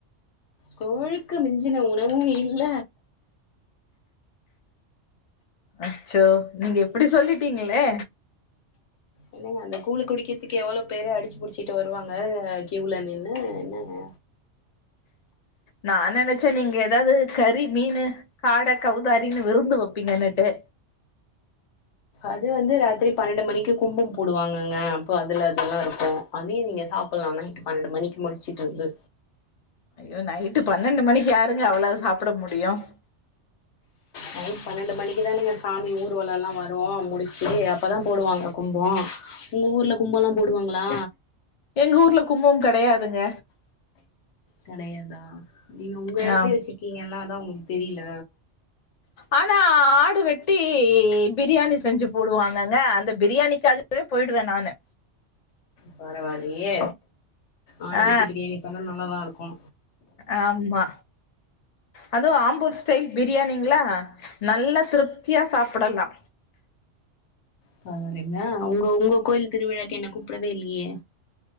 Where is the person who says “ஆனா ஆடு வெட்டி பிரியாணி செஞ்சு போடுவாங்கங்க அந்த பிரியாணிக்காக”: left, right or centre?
Left